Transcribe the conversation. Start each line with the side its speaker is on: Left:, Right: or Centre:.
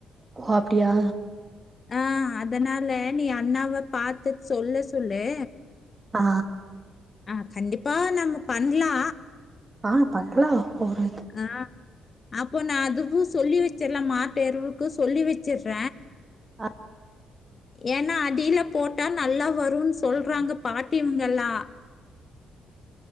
Right: ஓ அப்டியா
Left: ஆ அதனால நீ அண்ணாவ பாத்துட்டு சொல்ல சொல்லு
Right: அ
Left: அ கண்டிப்பா நம்ம பண்லா
Right: ஆ பண்ட்லா வேற
Left: ஆ அப்போ நா அதுவு சொல்லி வச்சிர்ற மாட்தெருரவுக்கு சொல்லி வச்சுர்ற
Right: அ
Left: ஏன்னா அடில போட்டா நல்லா வரும்ன்னு சொல்றாங்க பாட்டிங்கல்லா